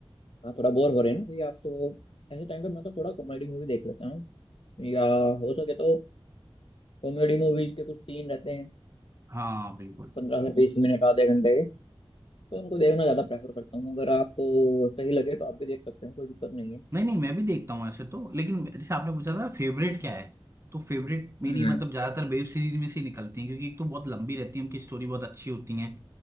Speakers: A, on the left (about 70°); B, on the right (about 30°).
A: हाँ थोड़ा बोर हो रहे हैं ना अभी आप तो ऐसे टाइम पे मैं तो थोड़ा कॉमेडी मूवी देख लेता हूँ या हो सके तो कॉमेडी मूवीज के कुछ सीन रहते हैं
B: हाँ बिल्कुल
A: पंद्रह से बीस मिनट आधे घंटे के तो उनको देखना ज़्यादा प्रेफर करता हूँ अगर आपको सही लगे तो आप भी देख सकते हैं कोई दिक्कत नहीं है
B: नहीं नहीं मैं भी देखता हूँ ऐसे तो लेकिन जैसे आपने पूछा था फेवरेट क्या है तो फेवरेट मेरी
A: हम्म
B: मतलब ज्यादातर वेब सीरीज में से निकलती है क्योंकि एक तो बहुत लंबी रहती है उनकी स्टोरी बहुत अच्छी होती है